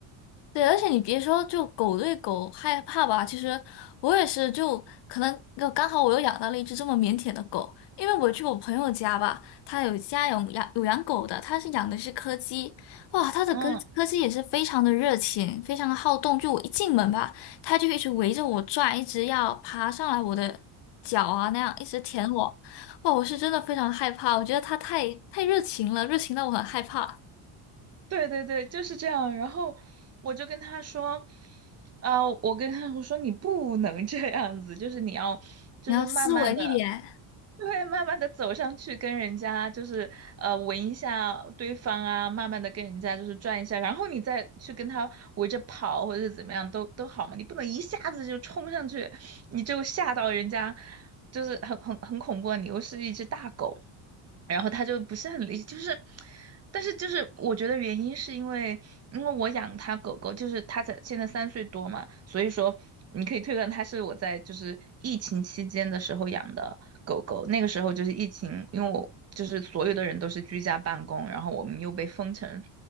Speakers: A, on the left (about 60°); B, on the right (about 30°).
A: 对，而且你别说，就狗对狗害怕吧，其实我也是就，可能就刚好我又养到了一只这么腼腆的狗，因为我去我朋友家吧，他有家有养有养狗的，他是养的是柯基，哇，他的柯柯基也是非常的热情，
B: 嗯，
A: 非常的好动，就我一进门吧，它就一直围着我转，一直要爬上来我的脚啊那样，一直舔我，哇，我是真的非常害怕，我觉得它太太热情了，热情到我很害怕，
B: 对对对，就是这样。然后我就跟他说，呃，我跟他我说你不能这样子，就是你要，就是慢慢的，
A: 你要斯文一点。
B: 对，慢慢的走上去，跟人家就是呃闻一下对方啊，慢慢的跟人家就是转一下，然后你再去跟他围着跑或者是怎么样都都好嘛，你不能一下子就冲上去，你就吓到人家，就是很很很恐怖啊，你又是一只大狗。然后他就不是很理解，就是，但是就是我觉得原因是因为，因为我养它狗狗，就是它才现在三岁多嘛，所以说你可以推断它是我在就是疫情期间的时候养的狗狗，那个时候就是疫情，因为我就是所有的人都是居家办公，然后我们又被封城，